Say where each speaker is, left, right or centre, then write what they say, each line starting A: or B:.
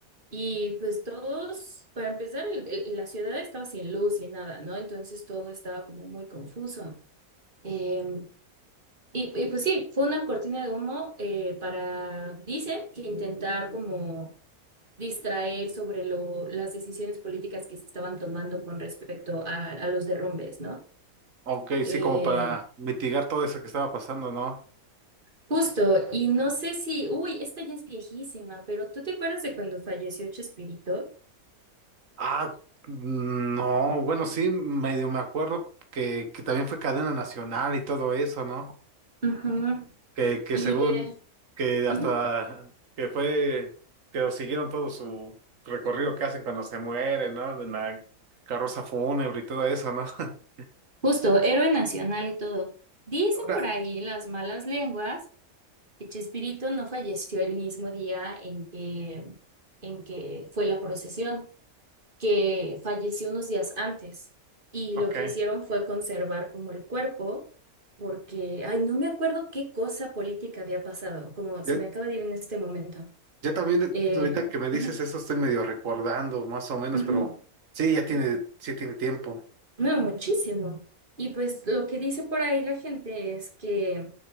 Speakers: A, on the right (about 35°); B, on the right (about 65°).
A: y pues todos, para empezar, el- el- la ciudad estaba sin luz y nada, ¿no? Entonces todo estaba como muy confuso. em, y, y pues sí, fue una cortina de humo eh, para, dicen, que intentar como distraer sobre lo, las decisiones políticas que se estaban tomando con respecto a, a los derrumbes, ¿no?
B: Ok,
A: Eh,
B: sí, como para mitigar todo eso que estaba pasando, ¿no?
A: justo, y no sé si, uy, esta ya es viejísima, pero ¿tú te acuerdas de cuando falleció Chespirito?
B: Ah, mm, no, bueno, sí, medio me acuerdo que, que también fue cadena nacional y todo eso, ¿no?
A: Ujú.
B: que, que
A: Y
B: según
A: eh,
B: que
A: ujú.
B: hasta que fue que lo siguieron todo su recorrido que hacen cuando se mueren, ¿no? De la carroza fúnebre y todo eso, ¿no? <laughs>
A: Justo, héroe nacional y todo. Dicen
B: Ahora,
A: por ahí las malas lenguas que Chespirito no falleció el mismo día en que, en que fue la procesión, que falleció unos días antes. Y
B: Ok.
A: lo que hicieron fue conservar como el cuerpo, porque, ay, no me acuerdo qué cosa política había pasado, como
B: Yo,
A: se me acaba de ir en este momento.
B: yo también,
A: Eh,
B: ahorita que me dices
A: ujú,
B: eso, estoy medio recordando, más o menos,
A: ujú.
B: pero sí, ya tiene, sí tiene tiempo.
A: No, muchísimo. Y pues lo que dice por ahí la gente es que,